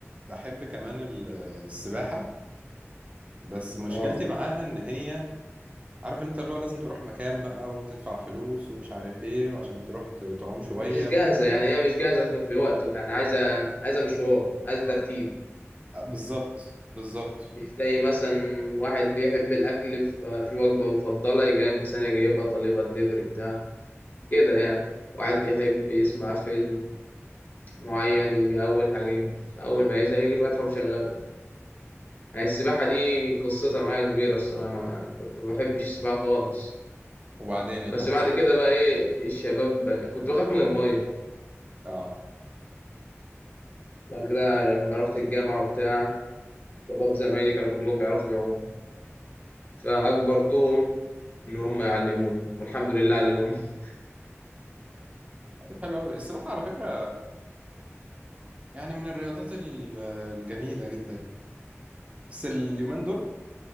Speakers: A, on the right (about 25°); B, on the left (about 40°).
A: بحب كمان ال- السباحة بس مشكلتي
B: اه
A: معاها ان هي عارف انت اللي هو لازم تروح مكان بقى وتدفع فلوس ومش عارف ايه وعشان تروح ت- تعوم شوية
B: مش جاهزة يعني هي مش جاهزة في في وقته يعني عايزة عايزة مشوار عايزة ترتيب
A: آه، بالظبط بالظبط
B: مش زي مثلا واحد بيحب الأكل في في وجبة مفضلة يجي قايم في ثانية جايبها طالبها دليفري بتاع كده يعني واحد بيحب يسمع فيلم معين يجي أول حاجة أول ما يزهق يجي فاتحه ومشغله يعني السباحة دي قصتها معايا كبيرة الصراحة أنا كنت ما بحبش السباحة خالص
A: وبعدين ايه اللي
B: بس
A: حصل
B: بعد كده بقى إيه الشباب كنت بخاف من المية
A: اه
B: بعد كده لما رحت الجامعة وبتاع شباب زمايلي كانوا كلهم بيعرفوا يعوموا فأجبرتهم إن هم يعلموني والحمد لله علموني
A: حلو قوي السباحة على فكرة يعني من الرياضات ال- الجميلة جدا بس اليومين دول